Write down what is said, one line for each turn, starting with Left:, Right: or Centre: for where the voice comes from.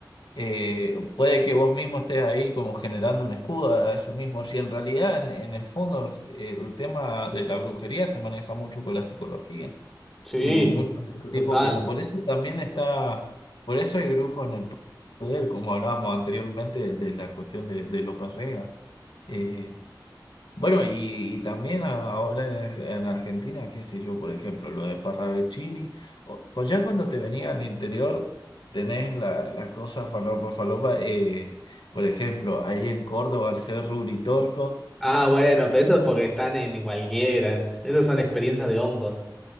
Left: eh, puede que vos mismo estés ahí como generando un escudo a eso mismo. Si en realidad, en, en el fondo, eh, el tema de la brujería se maneja mucho con la psicología
Centre: Sí,
Left: y muchos de los
Centre: total.
Left: tipos que... Por eso también está, por eso hay brujos en el poder, como hablábamos anteriormente de, la cuestión de, de López Rega. Eh, bueno, y, y también ahora en, en Argentina, qué sé yo, por ejemplo, lo de Parravicini, o, cu- ya cuando te venía al interior, tenés la, la cosa falopa, falopa, eh, por ejemplo, ahí en Córdoba, al ser Uritorco,
Centre: Ah, bueno, pero eso es porque están en cualquiera. Esas son experiencias de hongos.